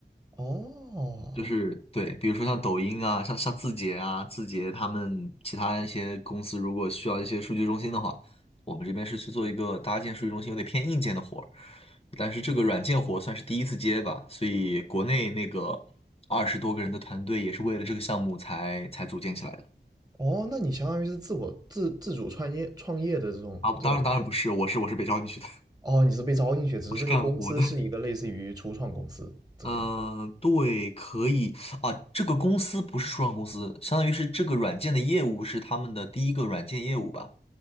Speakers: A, on the right; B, on the left.
A: 哦
B: 就是对，比如说像抖音啊，像像字节啊，字节他们其他一些公司如果需要一些数据中心的话，我们这边是去做一个搭建数据中心，有点偏硬件的活儿，但是这个软件活算是第一次接吧，所以国内那个二十多个人的团队也是为了这个项目才才组建起来的。
A: 哦，那你相当于是自我自自主创业创业的这种这种，
B: 啊，当然当然不是，我是我是被招进去的。
A: 哦，你是被招进去，只是这个公司是一个类似于初创公司这个样子。
B: 我是干活的。<laughs> 嗯，对，可以啊。这个公司不是初创公司，相当于是这个软件的业务是他们的第一个软件业务吧？